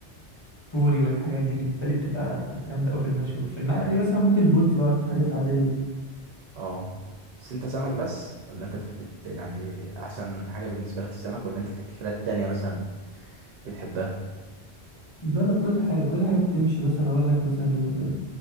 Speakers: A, on the left; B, on the right.
A: بوري والحاجات دي بالنسبه لي بتبقى جامده قوي في المشوي في المقلي مثلا ممكن البولتي بقى الحاجات العاديه دي
B: اه بس انت سمك بس ولا انت بتحب يعني احسن حاجه بالنسبه لك السمك ولا انت في اكلات تانية مثلا بتحبها
A: ده لا كل حاجه كل حاجه بتمشي مثلا اقول لك مثلا ايه مثلا